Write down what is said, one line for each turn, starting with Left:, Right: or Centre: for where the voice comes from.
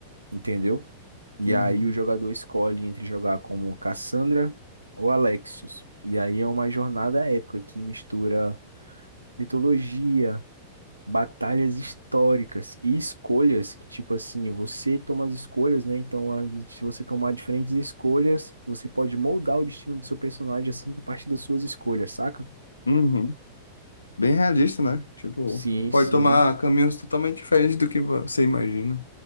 Right: entendeu? E
Left: Uhum.
Right: aí o jogador escolhe entre jogar como Cassandra ou Alexios. E aí é uma jornada épica que mistura mitologia, batalhas históricas e escolhas, que, tipo assim, você toma as escolhas, né? Então, a- se você tomar diferentes escolhas, você pode moldar o destino do seu personagem assim a partir das suas escolhas, saca?
Left: Uhum. Bem realista, né? Tipo,
Right: Sim,
Left: pode
Right: sim,
Left: tomar caminhos totalmente diferentes do que você imagina.